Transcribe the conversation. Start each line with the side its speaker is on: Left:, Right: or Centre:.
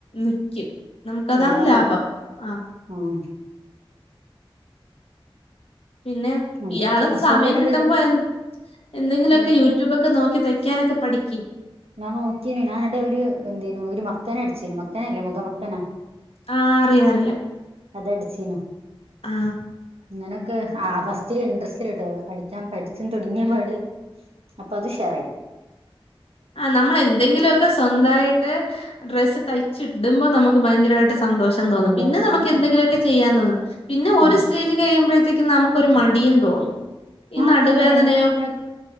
Left: നക്കും നമുക്കതാണ്
Right: അതാണ്
Left: ലാഭം ആ
Right: ഉം
Left: പിന്നെ
Right: അതെ
Left: ഇയാളും
Right: ഹസ്ബൻഡിന്
Left: സമയം കിട്ടുമ്പോ
Right: എന്താ ജോ
Left: എ എന്തെങ്കിലുമൊക്കെ
Right: എങ്ങനെ
Left: യൂട്യൂബൊക്കെ നോക്കി തയ്ക്കാനൊക്കെ പഠിക്ക്ക്
Right: ഞാൻ നോക്കിയനു ഞാനടെ ഒരു എന്തേനു ഒരു മക്കന അടിച്ചേനു മക്കനല്ലേ മുഖ മക്കനാ
Left: ആ അറിയ അറിയാം
Right: അത് അടിച്ചിനു
Left: ആ
Right: അങ്ങനെയൊക്കെ അവസ്ഥൽ ഇൻട്രസ്റ്റില കേട്ടോ അടിക്കാൻ പഠിച്ചൻ തുടങ്ങിയപാട് അപ്പൊ അത് ഷെയർയി
Left: ആ നമ്മൾ എന്തെങ്കിലുക്കെ സ്വന്തായിട്ട് ഡ്രസ്സ് തയ്ച്ച ഇടുമ്പോ നമുക്ക് ഭയങ്കരമായിട്ട് സന്തോഷം തോന്നും
Right: സന്തോഷാണ്
Left: പിന്നെ നമുക്ക് എന്തെങ്കിലുമൊക്കെ ചെയ്യാൻ തോന്നും പിന്നെ ഒരു
Right: ഉം
Left: സ്റ്റേജ് കഴിയുമ്പോഴത്തേക്കും നമുക്ക് മടിയ തോന്നും ഈ
Right: ആ
Left: നടുവേദനയോ
Right: എന്താ അങ്ങനെ ഇങ്ങക്ക്